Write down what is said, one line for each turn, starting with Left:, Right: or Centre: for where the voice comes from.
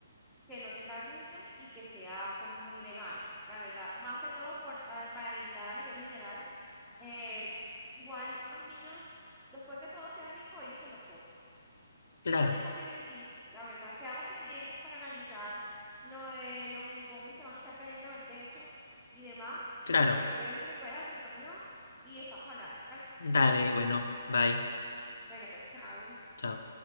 Centre: que no tenga gluten y que sea pues muy vegano, la verdad. Más que todo por, a- para evitar a nivel general Em, igual los niños, después que todo sea rico, ellos se lo comen. Igual
Left: Claro,
Centre: yo confío en ti, la verdad. Quedamos pendientes para organizar lo de los unicornios que van a estar cayendo del techo y demás.
Left: claro.
Centre: Pero bueno, te dejo para que vayas a tu reunión y estamos hablando, ¿te parece?
Left: Dale, bueno, bye.
Centre: Bueno, pues chao.
Left: Chao.